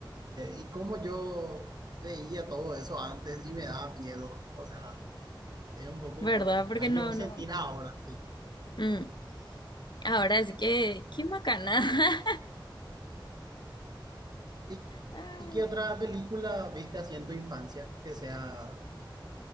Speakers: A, on the right; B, on the left.
A: ¿y cómo yo veía todo eso antes y me daba miedo? O sea... Es un poco
B: ¿Verdad?
A: extraño
B: Porque no,
A: sentir
B: no.
A: ahora, sí.
B: Mm. Ahora sí que, qué macana. <laughs>
A: ¿Y,
B: Ay.
A: y qué otra película viste así en tu infancia que sea